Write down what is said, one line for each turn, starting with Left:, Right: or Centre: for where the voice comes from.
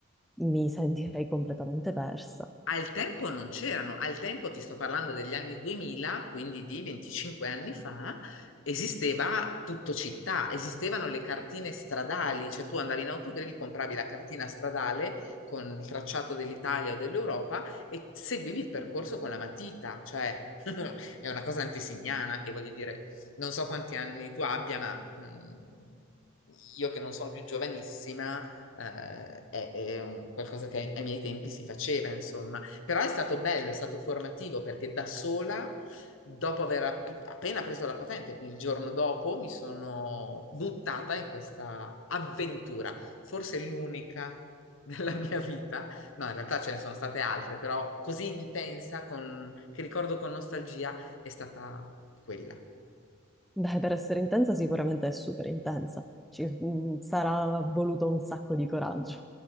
Centre: mi sentirei completamente persa.
Left: Al tempo non c'erano, al tempo ti sto parlando degli anni 2000, quindi di 25 anni fa, esisteva tutto città, esistevano le cartine stradali, cioè tu andavi in autogrill, compravi la cartina stradale con il tracciato dell'Italia o dell'Europa e seguivi il percorso con la matita, cioè <laughs> è una cosa antesignana che voglio dire, non so quanti anni tu abbia, ma mh, io che non sono più giovanissima eh, è, è un qualcosa che ai, ai miei tempi si faceva, insomma. Però è stato bello, è stato formativo perché da sola, dopo aver app- appena preso la patente, quindi il giorno dopo, mi sono buttata in questa avventura, forse l'unica <laughs> della mia vita. No, in realtà ce ne sono state altre, però così intensa, con- che ricordo con nostalgia, è stata quella.
Centre: Beh, per essere intensa sicuramente è super intensa, ci mm, sarà voluto un sacco di coraggio.